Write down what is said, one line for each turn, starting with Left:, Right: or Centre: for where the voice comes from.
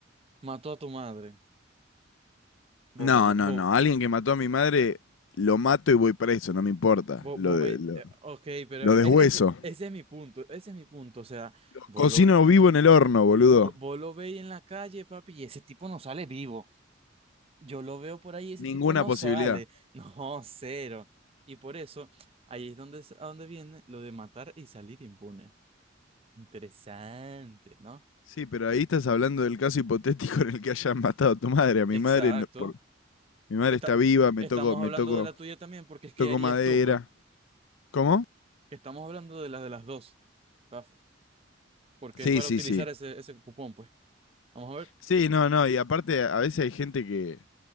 Right: Mató a tu madre. Vos
Left: No,
Right: veis,
Left: no,
Right: vos,
Left: no. Alguien que mató a mi madre, lo mato y voy preso, no me importa.
Right: vos,
Left: Lo,
Right: vos
Left: de,
Right: veí-
Left: lo,
Right: eh, ok, pero
Left: lo
Right: e-
Left: deshueso.
Right: ese, ese es mi punto, ese es mi punto. O sea, vos
Left: Cocino
Right: lo,
Left: vivo en el horno, boludo.
Right: vo- vos lo veis en la calle, papi, y ese tipo no sale vivo. Yo lo veo por ahí y ese
Left: Ninguna
Right: tipo no
Left: posibilidad.
Right: sale. <laughs> No, cero. Y por eso, ahí es donde, es- a donde viene lo de matar y salir impune. Interesante, ¿no?
Left: Sí, pero ahí estás hablando del caso hipotético en el que hayan matado a tu madre. A mi
Right: Exacto.
Left: madre, no- por- mi madre
Right: Está,
Left: está viva, me
Right: estamos
Left: toco, me
Right: hablando
Left: toco,
Right: de la tuya también, porque es que
Left: toco
Right: harías
Left: madera.
Right: tú, pues.
Left: ¿Cómo?
Right: que estamos hablando de las de las dos, ¿tá? porque
Left: Sí,
Right: es para
Left: sí,
Right: utilizar
Left: sí.
Right: ese, ese cupón, pues. Vamos a ver.
Left: Sí, no, no, y aparte a veces hay gente que,